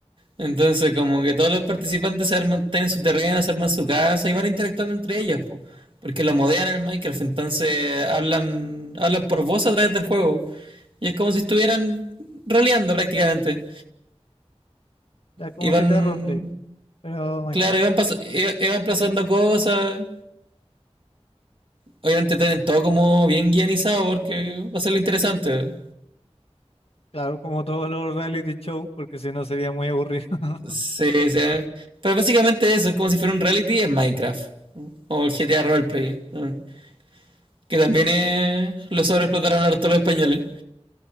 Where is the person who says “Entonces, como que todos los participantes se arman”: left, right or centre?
Right